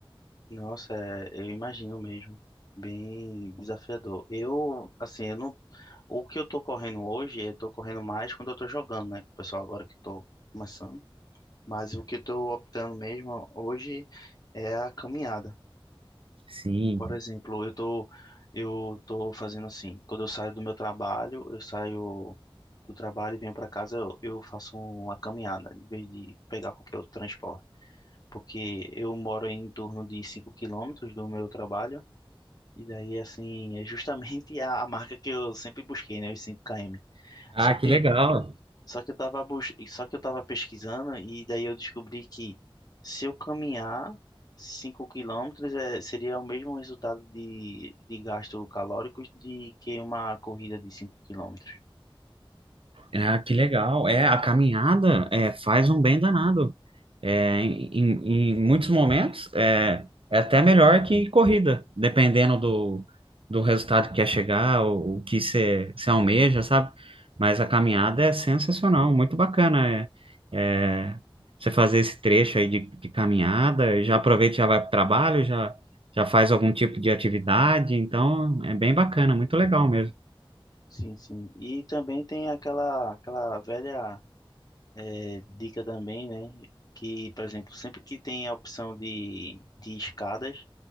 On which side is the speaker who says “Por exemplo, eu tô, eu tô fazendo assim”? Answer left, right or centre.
Left